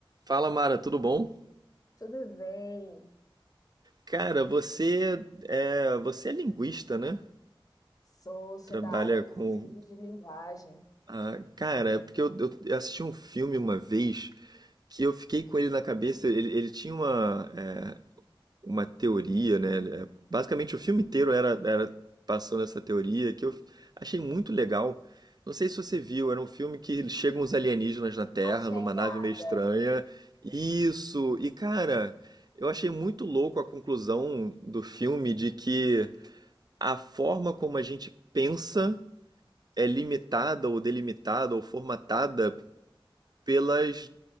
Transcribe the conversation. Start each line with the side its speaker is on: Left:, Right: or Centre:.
Right: Fala, Mara, tudo bom?
Left: Tudo bem?
Right: Cara, você é, você é linguista, né?
Left: Sou, sou
Right: Trabalha
Left: da área dos
Right: com.
Left: estudos de linguagem.
Right: Ah, cara, é porque eu, eu assisti um filme uma vez que eu fiquei com ele na cabeça. Ele, ele tinha uma, é, uma teoria, né? É, Basicamente o filme inteiro era, era passando essa teoria que eu achei muito legal. Não sei se você viu, era um filme que chegam uns alienígenas na Terra,
Left: A chegada.
Right: numa nave meio estranha. Isso! E cara, eu achei muito louco a conclusão do filme de que a forma como a gente pensa é limitada ou delimitada ou formatada pelas,